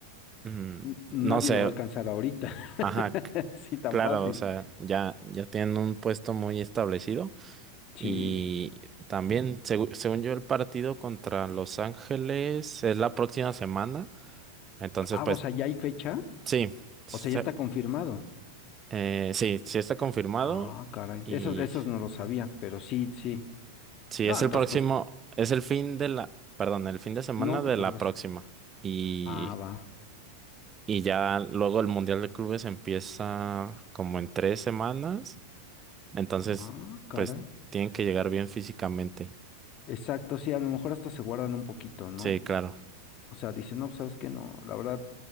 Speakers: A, on the right (about 20°); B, on the left (about 35°).
A: mm,
B: n- nadie
A: no sé,
B: lo va a alcanzar ahorita. <laughs>
A: ajá, c-
B: Sí, tan
A: claro,
B: fácil.
A: o sea, ya, ya tienen un puesto muy establecido.
B: Sí.
A: Y también, segu- según yo, el partido contra Los Ángeles es la próxima semana. Entonces,
B: Ah,
A: pues
B: o sea, ya hay fecha.
A: sí, se-
B: O sea, ya está confirmado.
A: eh, sí, sí está confirmado.
B: Ah, caray.
A: Y
B: Esos, esos no lo sabía, pero sí, sí.
A: sí,
B: No,
A: es
B: entonces,
A: el próximo,
B: pues,
A: es el fin de la, perdón, el fin de semana
B: no
A: de
B: te preocupes.
A: la próxima. Y,
B: Ah, va.
A: y ya luego el Mundial de Clubes empieza como en tres semanas. Entonces,
B: Ah, caray.
A: pues tienen que llegar bien físicamente.
B: Exacto, sí, a lo mejor hasta se guardan un poquito, ¿no?
A: Sí, claro,
B: O sea, dicen, no, sabes qué, no, la verdad,